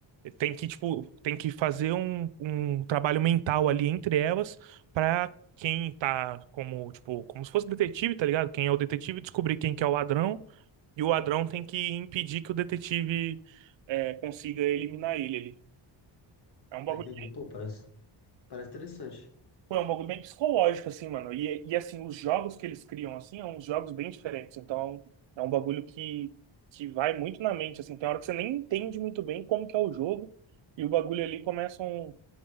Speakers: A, on the right (about 65°); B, on the left (about 50°).
A: tem que, tipo, tem que fazer um, um trabalho mental ali entre elas pra quem tá como, tipo, como se fosse detetive, tá ligado? Quem é o detetive descobrir quem que é o ladrão e o ladrão tem que impedir que o detetive é, consiga eliminar ele ali. É um bagulho,
B: Ah, entendi. Pô, parece, parece interessante.
A: tipo, é um bagulho bem psicológico, assim, mano. E, e, assim, os jogos que eles criam, assim, são uns jogos bem diferentes. Então, é um bagulho que, que vai muito na mente, assim. Tem hora que você nem entende muito bem como que é o jogo e o bagulho ali começa um